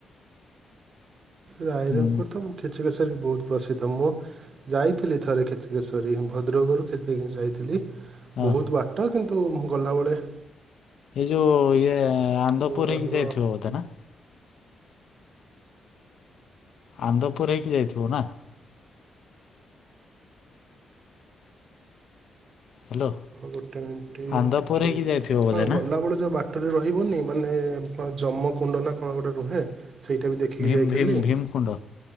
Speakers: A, on the right; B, on the left.
A: ରାଇରଙ୍ଗପୁର
B: ହୁଁ
A: ପୁର ତ କିଚେକେଶ୍ବରୀ ବହୁତ ପ୍ରସିଦ୍ଧ ମୁଁ ଯାଇଥିଲି ଥରେକେଶଵରୀ ଭଦ୍ରକରୁ ଯାଇଥିଲି।
B: ହଁ
A: ବହୁତ ବାଟ କିନ୍ତୁ, ତ ଗଲାବେଳେ
B: ଜୋ ଇଏ ଆନ୍ଦପୁର
A: ଯେଉଁ ରହିବ
B: ହେଇକି ଯାଇଥିବ ବୋଧେ ନା? ଆନ୍ଦପୁର ହେଇକି ଯାଇଥିବ ନା? ହ୍ୟାଲୋ।
A: ଗୋଟେ ମିନିଟ
B: ଆନ୍ଦପୁର
A: କିଛି
B: ହେଇକି ଯାଇଥିବ ବୋଧେ
A: ହଁ ଗଲାବେେଳ
B: ନା
A: ଯୋଉ ବା ବାଟରେ ରହିବନି ମାନେ କଣ ଜମ କୁଣ୍ଡ ନା କଣ ଗୋଟେ ରୁହେ। ସେଇଟା ବି ଦେଖିକି
B: ଭୀମ
A: ଯାଇଥିଲି।
B: ଭୀମ ଭୀମ କୁଣ୍ଡ